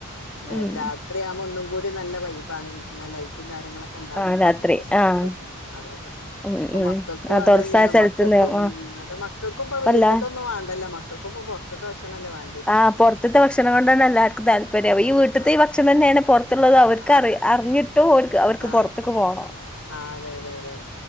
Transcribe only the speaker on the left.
എഹ്
രാ ത്രിയാവ്മ്പോ ഒന്നും കൂടി നല്ല വൈബാണ് പിന്നെ ലൈറ്റും കാര്യങ്ങളൊ ക്കെണ്ടാഉമ്പോ
ന്തോ
രസം
കിട്ടും, ഉം അതതാ
പ്പൊ
മക്കക്കും
അത്
തന്നെയാ
മ ക്കക്കും ഉം
അത് മക്കക്കും ഇപ്പൊ
വീട്ട്ത്തൊന്നും വേണ്ടല്ലോ മക്കക്കും ഇപ്പൊ പുറത്ത് ഭക്ഷണല്ലേ വാ
ആഹ്
ആഹ്
അതെ
ആഹ്
ആഹ് അതെ തെ തെ തെ